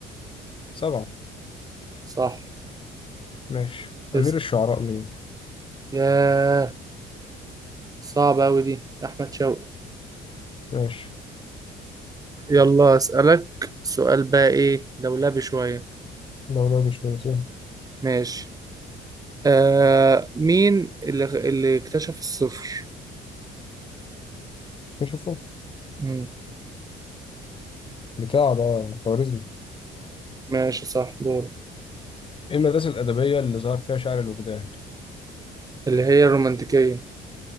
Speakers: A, on the left; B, on the right.
A: سبعة
B: صح
A: ماشي
B: اسم
A: أمير الشعراء مين
B: ياه صعب اوي دي يا احمد شوقي
A: ماشي
B: يلا اسالك سؤال بقى ايه دولابي شويه
A: لو ده مش بنتين
B: ماشي آه مين اللي اللي اكتشف الصفر
A: نشوفه
B: مم.
A: بتاع ده خوارزمي
B: ماشي صح دور
A: ايه المدرسة الأدبية اللي ظهر فيها شعر الوجدان
B: اللي هي الرومانتيكيه